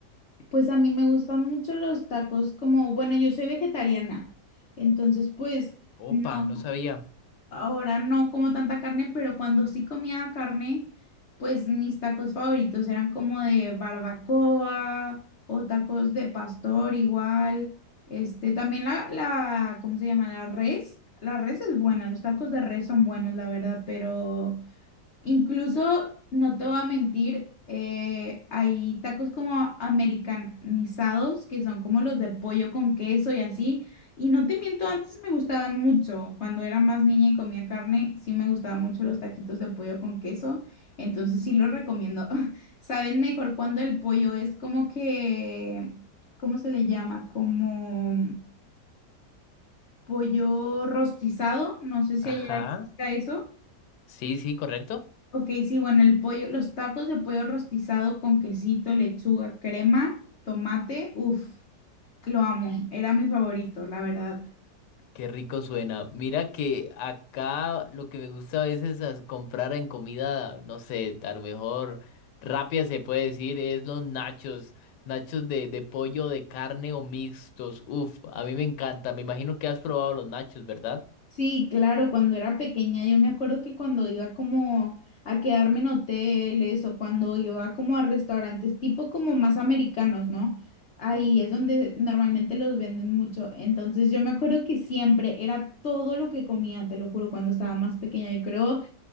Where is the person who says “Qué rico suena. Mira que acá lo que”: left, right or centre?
Left